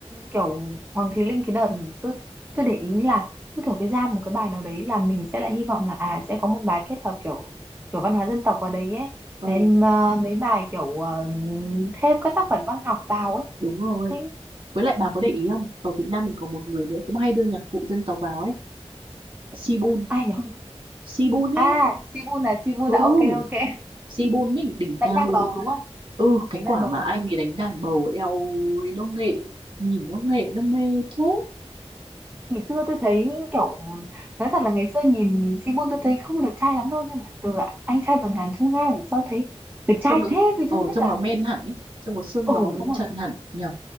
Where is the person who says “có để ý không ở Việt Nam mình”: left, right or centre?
Right